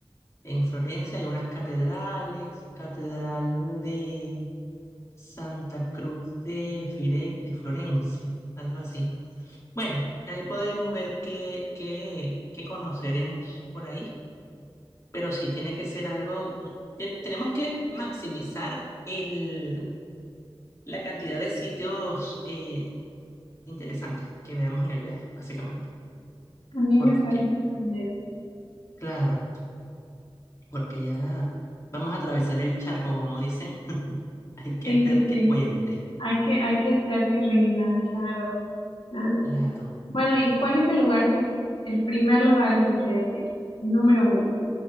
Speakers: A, on the left (about 30°); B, on the left (about 65°).
A: En Florencia hay unas catedrales, catedral de Santa Cruz de, Fire- de Florencia, algo así. Bueno, ahí podemos ver qué, qué, qué conoceremos por ahí, pero sí, tiene que ser algo, te- tenemos que maximizar el, la cantidad de sitios eh, interesantes que veamos en el viaje, básicamente.
B: A mí
A: Porque,
B: me parece excelente.
A: claro, porque ya vamos a atravesar el charco, como dicen, <laughs> hay que
B: Sí,
A: hacer
B: sí,
A: que
B: sí.
A: cuente,
B: Hay que, hay que hacer que rinda, claro, claro.
A: claro.
B: Bueno, ¿y cuál es el lugar que, el primer lugar al que quieres ir? Número uno.